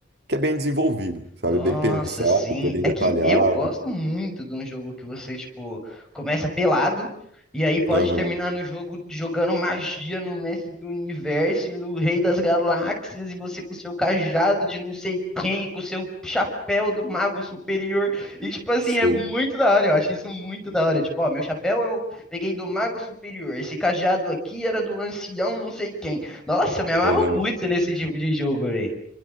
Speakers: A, on the right; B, in the centre.
A: que é bem desenvolvido, sabe?
B: Nossa,
A: Bem pensado,
B: sim.
A: que é bem
B: É
A: detalhado.
B: que eu gosto muito de um jogo que você, tipo, começa pelado e aí pode
A: Aham,
B: terminar no jogo jogando magia no mestre do universo e no rei das galáxias e você com seu cajado de não sei quem, com seu chapéu do mago superior. E, tipo assim,
A: sim.
B: é muito da hora. Eu acho isso muito da hora. Tipo, ó, meu chapéu eu peguei do mago superior. Esse cajado aqui era do ancião não sei quem. Nossa, eu me amarro
A: Aham.
B: muito nesse tipo de jogo, velho.